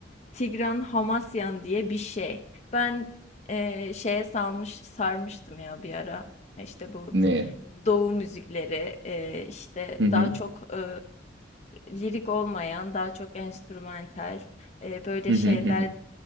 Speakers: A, on the left; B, on the right.
A: Tigran Hamasyan diye bir şey. Ben e, şeye salmış sarmıştım ya bir ara. İşte bu
B: Neye?
A: Doğu müzikleri e, işte
B: Hı hı.
A: daha çok e, lirik olmayan, daha çok enstrümantal e, böyle
B: Hı hı
A: şeyler.
B: hı hı.